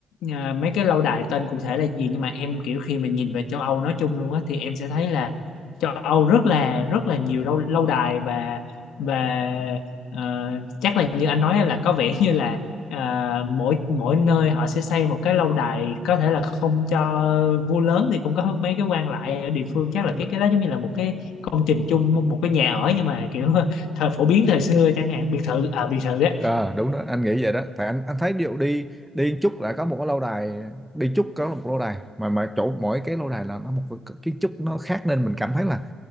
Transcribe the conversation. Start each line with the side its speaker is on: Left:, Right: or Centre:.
Left: à, mấy cái lâu đài tên cụ thể là gì nhưng mà em kiểu khi mà nhìn về châu Âu nói chung luôn á thì em sẽ thấy là châu Âu rất là rất là nhiều lâu lâu đài và và ờ, chắc là như anh nói á, là có vẻ như là à, mỗi mỗi nơi họ sẽ xây một cái lâu đài có thể là không cho vua lớn thì cũng có mấy cái quan lại ở địa phương chắc là
Centre: đ-
Left: cái cái đó giống như là một cái công trình chung một, một cái nhà ở nhưng mà kiểu <laughs> thời phổ biến thời xưa chẳng hạn biệt thự à biệt thự á
Centre: à, đúng đó anh nghĩ vậy đó tại anh anh thấy điệu đi đi một chút là có một cái lâu đài đi chút có một lâu đài mà mà chỗ mỗi cái lâu đài là nó một cái kiến trúc nó khác nên mình cảm thấy là